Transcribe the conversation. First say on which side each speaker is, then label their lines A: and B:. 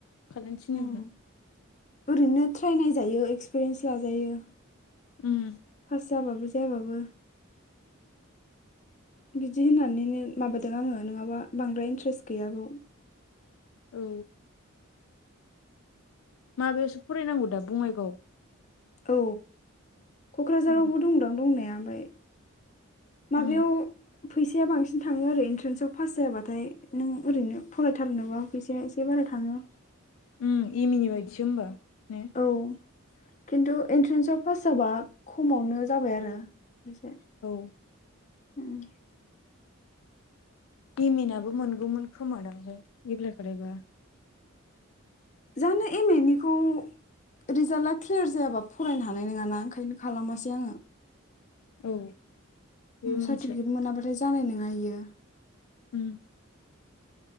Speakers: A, on the left; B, on the left.
A: खालायनो थिनदोंमोन
B: उम ओरैनो ट्राइ नायजायो एक्सपिरियेन्स लाजायो
A: उम
B: पास जाबाबो जायाबाबो बिदि होननानैनो माबादों आङो नोङाबा बांद्राय इन्ट्रेस्ट गैया बाव
A: औ माबायावसो फरायनांगौ दा बङाइगाव
B: औ क'क्राझारावबो
A: उम
B: दंदां दंनाया ओमफ्राय माबायाव
A: उम
B: फैसाया बांसिन थाङो आरो एनट्रेन्साव पास जायाबाथाय नों ओरैनो फरायथारनोबा फैसाया एसे बारा थाङो
A: एम ए नि बायदिसो होमबा ने
B: औ खिन्थु एन्ट्रेन्साव पास जाबा खमावनो जाबाय आरो एसे
A: औ
B: उम
A: एम ए नाबो मोनगौमोन खोमादांलै एफ्लाय खालायबा
B: जानो एम ए निखौ रिजाल्टा क्लियार जायाबा फरायनो हानाय नोङाना ओंखायनो खालामासै आङो
A: औ बेबो मोनसे
B: सार्टिफिकेट मोनाब्लाथाय जानाय नङा इयो
A: ओम